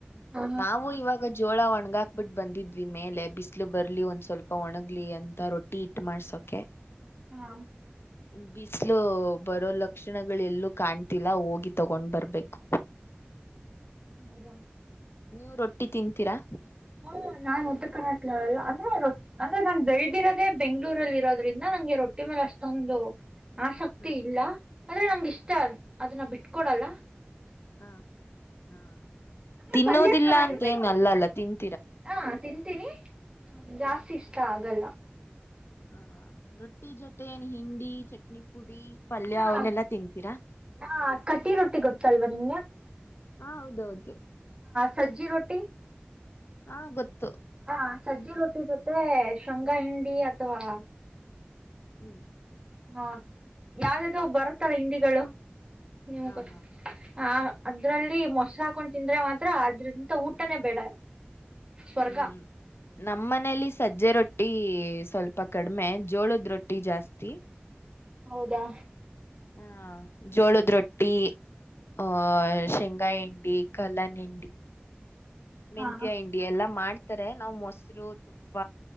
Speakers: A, on the right; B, on the left.
A: ಹಾ
B: ನಾವು ಇವಾಗ ಜೋಳ ಒಣ ಹಂಗ ಹಾಕ್ಬಿಟ್ಟು ಬಂದಿದ್ವಿ ಮೇಲೆ ಬಿಸಿಲು ಬರ್ಲಿ ಒಂದ್ ಸ್ವಲ್ಪ ಒಣಗ್ಲಿ ಅಂತ ರೊಟ್ಟಿ ಹಿಟ್ ಮಾಡ್ಸೋಕೆ
A: ಹಾ
B: ಬಿಸಲು ಬರೋಲ ಲಕ್ಷಣಗಳೆಲ್ಲೂ ಕಾಣ್ತಿಲ್ಲ ಹೋಗಿ ತಗೊಂಡ್ ಬರ್ಬೇಕು
A: ಹೌದಾ
B: ನೀವು ರೊಟ್ಟಿ ತಿನ್ಂತೀರಾ
A: ಹಾ ನಾನ್ ಉತ್ತರ ಕರ್ನಾಟಕದವಲ್ಲ ಅಂದ್ರೆ ಅಂದ್ರೆ ನಾನ್ ಬೆಳದಿರೋದೇ ಬೆಂಗ್ಗಳೂರಲ್ಲಿ ಇರೋದ್ರಿಂದ ನಂಗೆ ರೊಟ್ಟಿ ಮೇಲೆ ಅಷ್ಟೊಂದು ಆಸಕ್ತಿ
B: ಹಾ
A: ಇಲ್ಲ ಆದ್ರೆ ನಂಗ ಇಷ್ಟ ಅದನ್ನ ಬಿಟ್ಟ ಕೊಡಲ್ಲ
B: ಹ ಹ
A: ಅಂದ್ರೆ
B: ತಿನ್ನೋದಿಲ್ಲ
A: ಪಲ್ಯ ಚೆನ್ನಾಗಿರ್ಬೇಕು
B: ಅಂತೇಏನ್ ಅಲ್ಲ ಅಲ್ಲ ತಿನ್
A: ಹಾ ತಿಂತೀನಿ ಜಾಸ್ತಿ ಇಷ್ಟ ಆಗಲ್ಲ
B: ಹಾ ರೊಟ್ಟಿ ಜೊತೆ ಹಿಂಡಿ ಚಟ್ನಿ ಪುಡಿ ಪಲ್ಯ
A: ಹಾ
B: ಅವನ್ನೆಲ್ಲಾ ತಿಂತೀರಾ
A: ಹಾ ಕಟ್ಟಿ ರೊಟ್ಟಿ ಗೊತ್ತಲ್ವಾ ನಿಮಗೆ
B: ಹ ಹೌದೌದು
A: ಸಜಜಿ ರೋಟಿ
B: ಹಾ ಗೊತ್ತು
A: ಹಾ ಸಜ್ಜಿ ರೊಟ್ಟಿ ಜೊತೆ ಶೃಂಗಾ ಹಂಡಿ ಅಥವಾ
B: ಹ್ಮ್
A: ಹಾ ಯಾವ್ದ್ದೋ ಬರುತ್ತ ಹಿಂದಿಗಳು ನೀಮ್
B: ಹ
A: ಗೊತ್ತ
B: ಹಾ
A: ಹ ಅದ್ರಲ್ಲಿ ಮೊಸ ಹಾಕೊಂಡು ತಿಂದ್ರೆ ಮಾತ್ರ ಅದ್ರಿಂದ ಊಟನೇ ಬೇಡ ಸ್ವರ್ಗ.
B: ಹ್ಮ್ ನಮ್ಮ್ ಮನೇಲಿ ಸಜ್ಜೆ ರೊಟ್ಟಿ ರೊಟ್ಟಿ ಸ್ವಲ್ಪ ಕಡಿಮೆ ಜೋಳದ ರೊಟ್ಟಿ ಜಾಸ್ತಿ
A: ಹೌದಾ
B: ಹ್ಮ ಜೋಳದ ರೊಟ್ಟಿ ಆ ಶೆಂಗಾಯಿ ಕಲ್ಲನಿ ಮೆತ್ಯ
A: ಹಾ ಹಾ
B: ಹಂಡಿ ಎಲ್ಲಾ ಮಾಡ್ ಇತಾರೆ ನಾವ್ ಮೊಸರು ತುಪ್ಪ